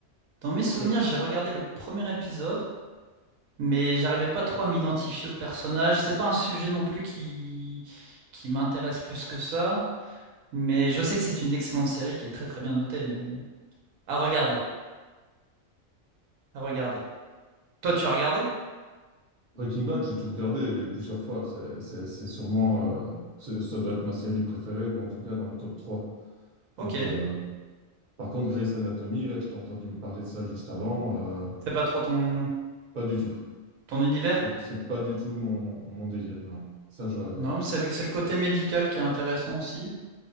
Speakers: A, on the right (about 80°); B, on the right (about 45°).
A: Dans mes souvenirs,
B: Tiens,
A: j'ai regardé le premier épisode, mais j'arrivais pas trop à m'identifier au personnage. C'est pas un sujet non plus qui, qui m'intéresse plus que ça. Mais je sais que c'est une excellente série qui est très très bien notée, mais. À regarder, à regarder. Toi, tu as regardé?
B: Breaking Bad, j'ai tout regardé et plusieurs fois. C'est c'est- c'est sûrement, euh, c'est- ça doit être ma série préférée ou en tout cas dans le top trois
A: Ok.
B: Donc, euh, par contre, Grey's Anatomy, là, que je t'ai entendu me parler de ça juste avant, euh,
A: C'est pas trop ton,
B: pas du tout.
A: ton univers?
B: C'est c'est pas du tout mon, mon délire, non. Ça, je,
A: Non, mais c'est le, c'est le côté médical qui est intéressant aussi.